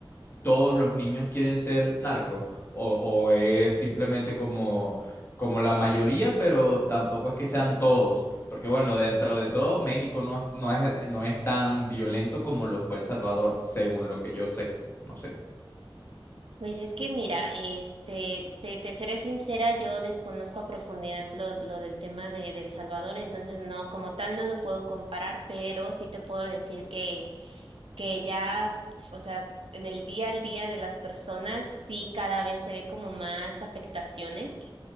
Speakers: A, on the left; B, on the right.
A: todos los niños quieren ser narcos o, o es simplemente como, como la mayoría, pero tampoco es que sean todos, porque bueno, dentro de todo México no, es- no es, no es tan violento como lo fue El Salvador, según lo que yo sé, no sé.
B: Pues es que mira, este, te, te seré sincera, yo desconozco a profundidad lo, lo del tema de, de El Salvador, entonces no, como tal no lo puedo comparar, pero sí te puedo decir que, que ya, o sea, en el día al día de las personas sí cada vez se ve como más afectaciones